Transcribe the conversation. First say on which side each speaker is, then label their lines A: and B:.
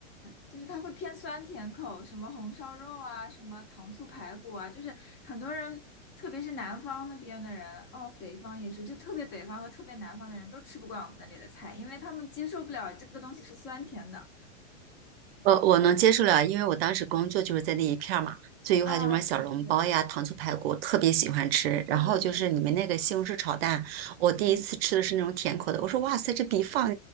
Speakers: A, on the left (about 25°); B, on the right (about 50°).
A: 就是它会偏酸甜口，什么红烧肉啊，什么糖醋排骨啊，就是很多人，特别是南方那边的人，哦，北方也是，就特别北方和特别南方的人都吃不惯我们那里的菜，因为他们接受不了这个东西是酸甜的。
B: 呃，我能接受了，因为我当时工作就是在那一片儿嘛，所以的话就什么小笼包呀、
A: 啊，对对对，
B: 糖醋排骨，特别喜欢吃。然后就是你们那个西红柿炒蛋，
A: 对对对对，
B: 我第一次吃的是那种甜口的，
A: 嗯，
B: 我说哇塞，这比放